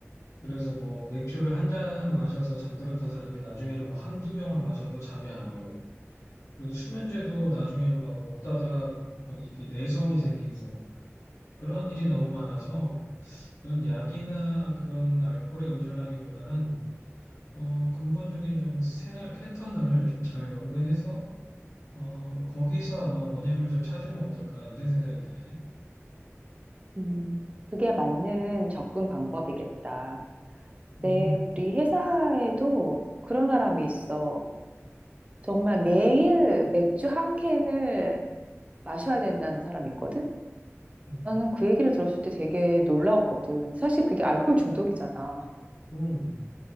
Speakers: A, on the left; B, on the right.
A: 그래서 뭐 맥주를 한 잔 마셔서 잠들었던 사람이 나중에는 막 한두 병을 마셔도 잠이 안 오고 그리고 수면제도 나중에는 막 먹다가 막 이게 내성이 생기고 그런 일이 너무 많아서 그런 약이나 그런 알코올에 의존하기보다는 어 근본적인 좀 생활 패턴을 좀 잘 연구해서 어 거기서 아마 원인을 좀 찾으면 어떨까 이런 생각이 드네.
B: 음, 그게 맞는 접근 방법이겠다.
A: 음,
B: 네, 우리 회사에도 그런 사람이 있어. 정말 매일 맥주 한 캔을 마셔야 된다는 사람이 있거든?
A: 음,
B: 나는 그 얘기를 들었을 때 되게 놀라웠거든. 사실 그게 알코올 중독이잖아.
A: 음,